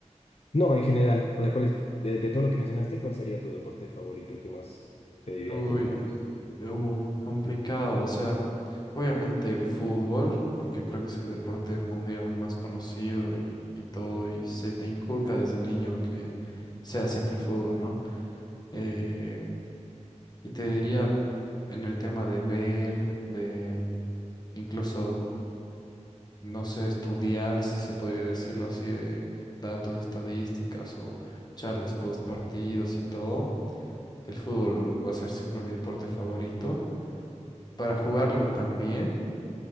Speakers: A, on the left; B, on the left.
A: No, en general, o sea, ¿cuál es, de, de todo lo que mencionaste, cuál sería tu deporte favorito, el que más te diviertes,
B: Uy,
A: digamos?
B: eh, uh, complicado. O sea, obviamente el fútbol, porque creo que es el deporte mundial más conocido y, y todo, y se te inculca desde niño que sea siempre fútbol, ¿no? Eh, y te diría en el tema de ver, de incluso, no sé, estudiar, si se podría decirlo así, de datos, estadísticas o charlas post partidos y todo. El fútbol va a ser siempre mi deporte favorito para jugarlo también,